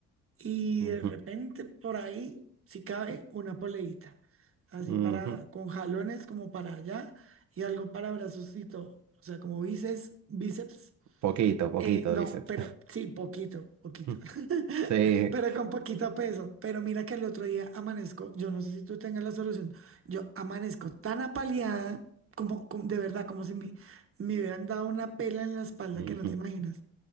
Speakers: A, on the right; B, on the right.
A: Y
B: Ujú,
A: de repente por ahí, si cabe, una poleita. Así
B: ujú.
A: para, con jalones como para allá y algo para brazos y todo. O sea, como bíceps, bíceps.
B: Poquito, poquito,
A: Eh, no,
B: bíceps.
A: pero sí, poquito, poquito.
B: <laughs>
A: <laughs>
B: Sí.
A: Pero con poquito peso. Pero mira que el otro día amanezco, yo no sé si tú tengas la solución. Yo amanezco tan apaleada, como, como- de verdad, como si me, me hubieran dado una pela en la espalda
B: Ujú.
A: que no te imaginas.